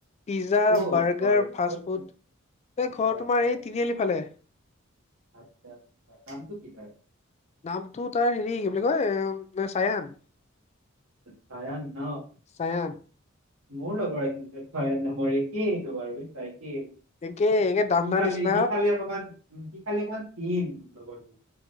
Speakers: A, on the left (about 30°); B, on the right (about 90°).
A: পিজ্জা,
B: ক'ত
A: বাৰ্গাৰ,
B: ঘৰ
A: ফাষ্টফুড
B: ক'ত ক'ত
A: এই ঘৰ
B: হয়
A: তোমাৰ
B: হয়
A: এই তিনিআলি ফালে।
B: আচ্ছা, নামটো কি তাৰ?
A: নামটো তাৰ হেৰি কি বুলি কয় চায়ান।
B: চায়ান ন।
A: চায়ান।
B: মোৰ লগৰ আছিল চায়ান নাম একেই, তোমাৰ বুজিছা আকেই। সি
A: একে একে দাণ্ডা
B: খালি,
A: নিচিনা
B: সি খালি অকমান সি খালি অকমান ক্ষীণ লগৰটো।